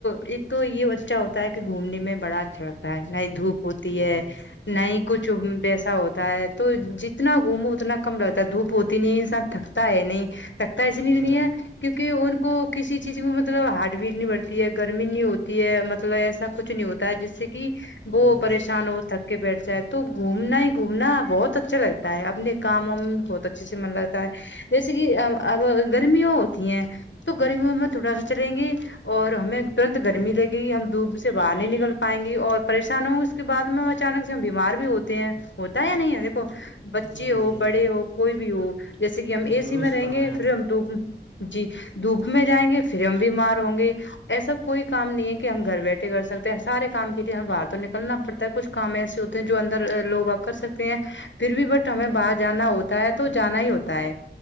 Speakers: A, on the left (about 80°); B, on the right (about 65°).
A: ایک تو یہ بچہ ہوتا ہے کہ گھومنے میں بڑا اچھا لگتا ہے نہ ہی دھوپ ہو دے
B: جی جی
A: نہ ہی کچھ ویسا ہوتا ہے تو جتنا گھومو اتنا کم لگتا ہے دھوپ ہوتی نہیں ساتھ تھک تا ہے نہیں تخت اینی
B: جی
A: دیا کیونکہ ان کو کسی چیز میں مطلب ہارڈ وٹ نہیں بڑھتی ہے گرمی نہیں ہوتی ہے مطلب ایسا کچھ نہیں ہوتا ہے جس سے کہ
B: جی
A: وہ پریشان ہو تھک کے بیٹھ جائے تو گھومنا ہی گھومنا بہت اچھا لگتا ہے اپنے کام و میں بہت اچھے سے من لگ جیسے کہ اب گرمییا ہوتی ہیں تو گرمیوں میں تھوڑا سا چلیں گے اور ہمیں ترنت گرمی دے گئی ہم دھوپ سے باہر نہیں نکل پائیں گے اور پریشان ہوں گے اس اس بعد میں اچانک سے ہم بیمار بھی ہوتے ہیں ہوتا ہے یا نہیں ہے دیکو بچے
B: جی
A: ہو
B: جی
A: بڑے ہو کوئی بھی ہو جیسے کہ ہم
B: جی
A: اے
B: درست
A: سی میں رہیں
B: فرمایا
A: گے پھر ہم دپ جی دھوپ میں
B: جی
A: جائیں گے فھر ہم بیمار ہوں گے ایسا کوئی کام نہیں ہے کہ ہم گھر بیٹھے کر سکتے ہیں سارے کام کے لیے ہم باہر تو نکل کرنا پڑتا ہے کچھ کام ایسے ہوتے ہیں جو اندر لوگ آپ کر سکتے ہیں پھر بھی بٹ ہمیں باہر جانا ہوتا ہے تو جانا ہی ہوتا ہے